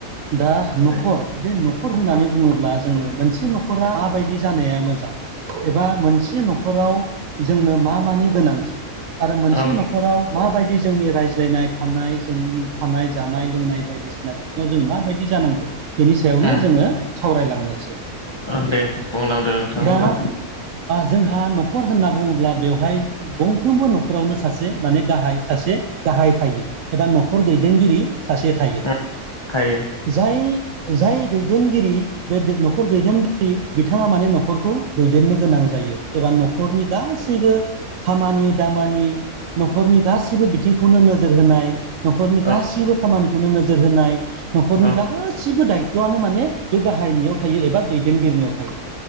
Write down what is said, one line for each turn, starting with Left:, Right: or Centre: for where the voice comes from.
Right: दा
Left: थारैनो
Right: न'खर। बे नखर होननानै बुङोब्ला जोङो मोनसे न'खरा मा बायदि जानाया मोजां एबा मोन मोनसे नखराव जोंनो मा मानि गोनांथि आरो मोनसे
Left: औ
Right: नख'राव माबायदि बिदि जोंनि रायज्लायनाय थानाय जों थानाय जानाय लोंनाय बायदिसिना बिथिङाव जों माबायदि जानांगौ। बिनि सायावनो
Left: उम
Right: जोङो सावरायलांनोसै।
Left: ओ दे बुंलांदो नोंथां
Right: दा
Left: होमबा
Right: जोंहा न'खर होनना बुङोब्ला। ब्ला बेवहाय गंफ्रोमबो न'खरावनो सासे माने गाहाय सासे गाहाय थायो। एबा न'खर दैदेनगिरि सासे थायो
Left: उम थायो
Right: जाय। जाय दैदेनगिरि बे न'खर दैदेनगिरि बिथाङा माने नखर नखरखौ दैदेननो गोनां जायो एबा न'खरनि गासैबो। खामानि दामानि न'खरनि गासैबो बिथिंखौनो नोजोर होनाय। न'खरनि
Left: औ
Right: गासिबो खामानिखौनो नोजोर होनाय न'खरनि
Left: औ
Right: गासिबो दायथ'आनो माने बे गाहायनियाव थायो एबा दैदेनगिरिनियाव थायो।